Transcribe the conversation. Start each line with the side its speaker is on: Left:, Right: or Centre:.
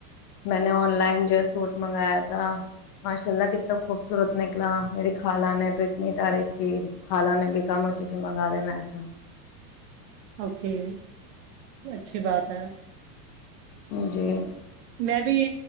Left: میں نے آن لائن جو ہے سوٹ منگایا تھا ماشاء اللہ کتنا خوبصورت نکلا میری خالہ نے تو اتنی تعریف کی خالہ نے بھی کم ہو چک منگا دینا ایسا <unintelligible>
Right: اوکے اچھی بات ہے <unintelligible>
Left: جی <inaudible>
Right: میں بھی